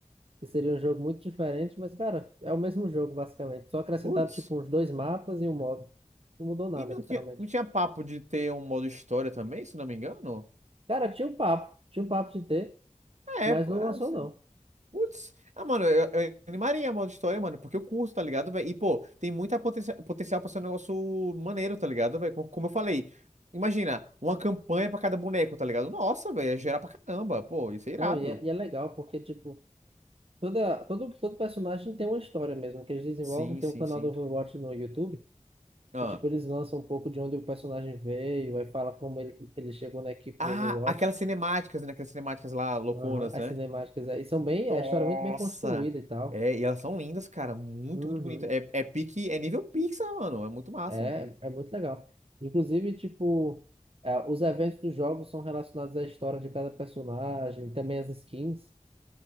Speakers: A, on the right; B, on the right.
A: que seria um jogo muito diferente, mas, cara, é o mesmo jogo, basicamente. Só acrescentaram,
B: Putz.
A: tipo, uns dois mapas e um modo. Não mudou nada,
B: E não
A: literalmente.
B: tinha, não tinha papo de ter um modo história também, se não me engano?
A: Cara, tinha um papo, tinha um papo de ter,
B: É,
A: mas
B: pô,
A: não
B: assim,
A: lançou, não.
B: putz. Ah, mano, eu, eu animaria modo história, mano, porque eu curto, tá ligado, velho? E, pô, tem muita potencia, potencial pra ser um negócio maneiro, tá ligado, velho? Como, como eu falei, imagina, uma campanha pra cada boneco, tá ligado? Nossa, velho, ia gerar pra caramba. Pô, ia ser irado.
A: Não, e é, e é legal, porque, tipo, toda, todo, todo personagem tem uma história mesmo, que eles desenvolvem.
B: Sim,
A: Tem
B: sim,
A: um canal
B: sim.
A: do Overwatch no YouTube,
B: Ah,
A: que, tipo, eles lançam um pouco de onde o personagem veio, aí fala como ele, ele chegou na equipe
B: ah
A: do Overwatch.
B: aquelas cinemáticas, né? Aquelas cinemáticas lá, louconas,
A: Aham, As
B: né?
A: cinemáticas aí são bem,
B: Nossa!
A: a história é muito bem construída e tal.
B: É, e elas são lindas, cara. Muito,
A: Uhum.
B: muito bonita. É, é pique, é nível Pixar, mano. É muito massa.
A: É, é muito legal. Inclusive, tipo, é, os eventos dos jogos são relacionados à história de cada personagem, também as skins.